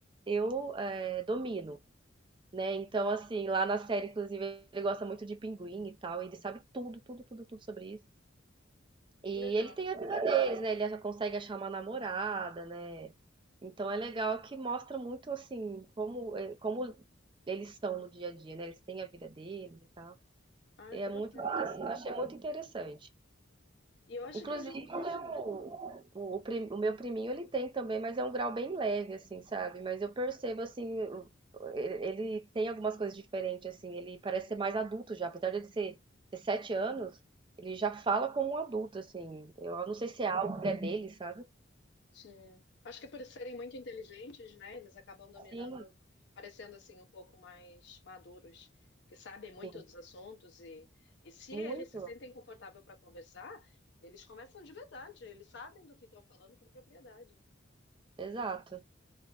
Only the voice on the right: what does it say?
eu é, domino, né? Então assim, lá na série, inclusive, ele gosta muito de pinguim e tal, e ele sabe tudo, tudo, tudo, tudo sobre isso. E
ele tem a vida deles, né? Ele já consegue achar uma namorada, né? Então é legal que mostra muito assim como, eh, como eles são no dia a dia, né? Eles têm a vida deles e tal.
E é
muito
interessante, eu achei muito interessante.
Inclusive,
o meu, o, o pri- o meu priminho ele tem também, mas é um grau bem leve, assim, sabe? Mas eu percebo, assim, o- ele ele tem algumas coisas diferentes, assim. Ele parece ser mais adulto já, apesar dele ser, ter sete anos, ele já fala como um adulto, assim. Eu não sei se é algo que é dele, sabe?
Sim,
sim,
muito,
exato.